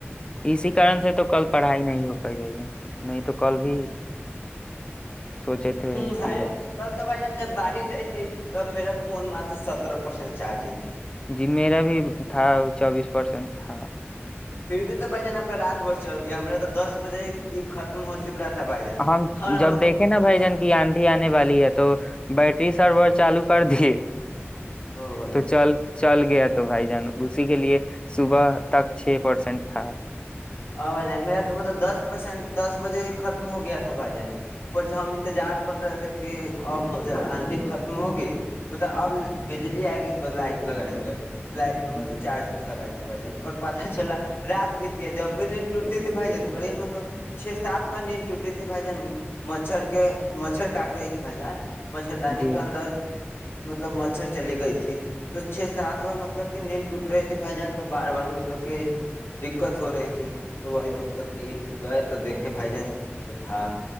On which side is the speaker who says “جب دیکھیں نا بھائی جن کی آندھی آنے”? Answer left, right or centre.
Left